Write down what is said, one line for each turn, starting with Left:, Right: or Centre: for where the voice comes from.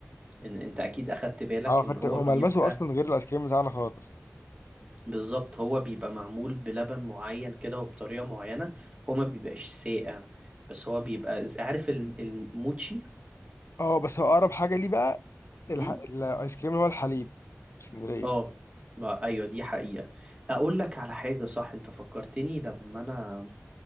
Right: إن انت اكيد اخدت بالك
Left: اه
Right: ان
Left: خدت
Right: هو
Left: هو
Right: بيبقى
Left: ملمسه اصلا غير الايس كريم بتاعنا خالص
Right: بالظبط هو بيبقى معمول بلبن معين كده وبطريقة معينة هو ما بيبقاش ساقع بس هو بيبقى ز- عارف الم- الموتشي
Left: اه بس هو اقرب حاجه ليه بقى الح...
Right: مم؟
Left: الايس كريم اللي هو الحليب في اسكندريه
Right: اه ما ايوه دي حقيقة اقول لك على حاجة صح انت فكرتني لما انا